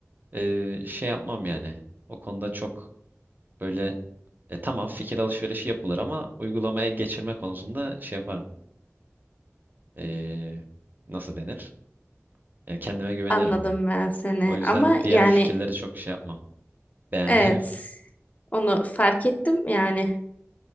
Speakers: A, on the right; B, on the left.
A: e, şey yapmam yani. O konuda çok böyle e, tamam fikir alışverişi yapılır ama uygulamaya geçirme konusunda şey yaparım. E, nasıl denir? E, kendime güvenirim
B: Anladım
A: yani.
B: ben seni.
A: O yüzden
B: Ama
A: diğer
B: yani
A: fikirleri çok şey yapmam. Beğenmem.
B: evet. Onu fark ettim yani.